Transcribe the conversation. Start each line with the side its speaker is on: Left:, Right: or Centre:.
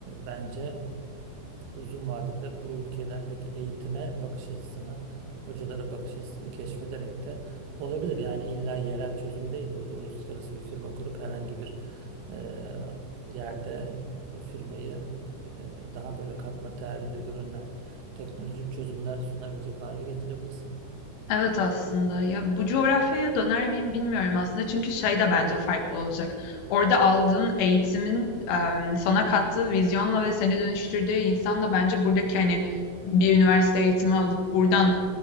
Right: bence uzun vadede bu ülkelerdeki eğitime bakış açısını, hocalara bakış açısını keşfederek de olabilir. Yani illa yerel çözüm değil. Burada uluslararası bir firma kurup herhangi bir e, yerde o firmayı e, daha böyle katma değerli ürünler, teknolojik çözümler sunabilecek hale getirebilirsin.
Left: Evet aslında. Ya bu coğrafyaya döner miyim bilmiyorum aslında. Çünkü şey de bence farklı olacak. Orada aldığın eğitimin em, sana kattığı vizyonla ve seni dönüştürdüğü insanla bence buradaki hani bir üniversite eğitimi alıp buradan